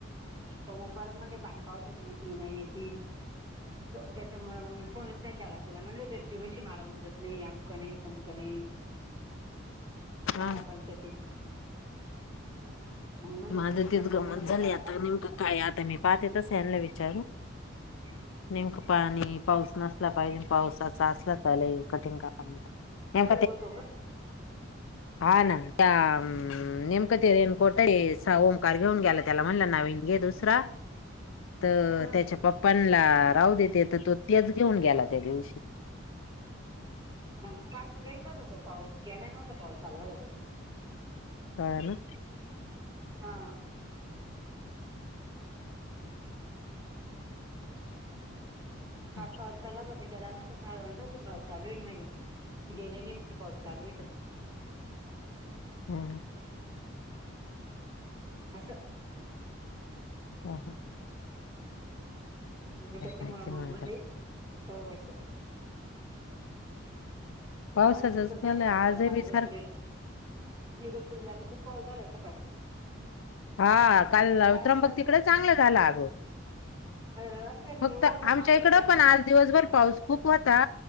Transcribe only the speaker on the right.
त मुपरत मंद पनी पावसच इ त नाही य ती त्याच्यामुळे मग मी फोनच नाही केला त्याला म्हटलं ती म्हणशी मला उमजत नाही आमकं नाही तमकं नाही
बारा पंचायती म्हणले
मुर्ती तिला
फोनही
नको
करायला
घर
होत
हम्म
हम्म.
ह काल तर घरी जात हो तो पाऊस गेला नव्हता पावसाला
हा काठळ
चला का गेला ना ते पा चालू आहे म गेले नाही म पात चालू तर
सण का
मग त्याच्या
मुळ
म्हणले
<unintelligible>
पाऊस तिकडे गंज
ग आहे
इगतपुरीला
इगतपुरीला तर खूप पाऊस झाला सकाळी.
डायरेक्ट
रस्ते
रस्त्याने
एवढं
पाणी
होतं ना